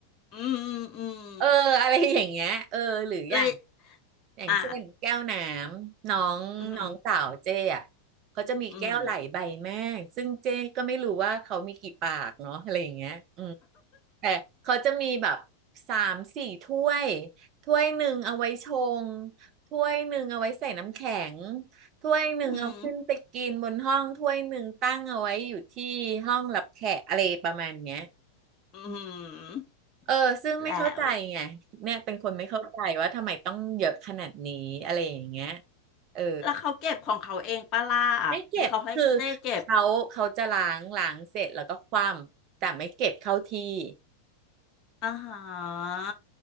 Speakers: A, on the left; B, on the right.
A: อืมอืม
B: เอออะไรอย่างเงี้ยเออหรืออย่าง
A: เลย
B: อย่างเช่นแก้วน้ำน้องน้องสาวเจ้อะ
A: อ่าอืม
B: เขาจะมีแก้วไหลใบแม่ซึ่งเจ้ก็ไม่รู้ว่าเขามีกี่ปากเนาะอะไรอย่างเงี้ยอืม
A: อืม
B: แต่เขาจะมีแบบสามสี่ถ้วยถ้วยหนึ่งเอาไว้ชงถ้วยหนึ่งเอาไว้ใส่น้ำแข็งถ้วยหนึ่งเอาขึ้นไปกินบนห้องถ้วยหนึ่งตั้งเอาไว้อยู่ที่ห้องรับแขกอะไรประมาณเนี้ย
A: อืมอืม
B: เออซึ่งไม่เข้าใจไงเนี่ยเป็นคนไม่เข้าใจว่าทำไมต้องเยอะขนาดนี้อะไรอย่างเงี้ย
A: แล้ว
B: เออ
A: แล้วเขาเก็บของเขาเองปะล่ะ
B: ไม่เก็บคือเขาเขาจะล้างล้างเสร็จแล้วก็คว่ำแต่ไม่เก็บเข้าที่
A: หรือเขาให้เจ้เก็บอ่าฮะ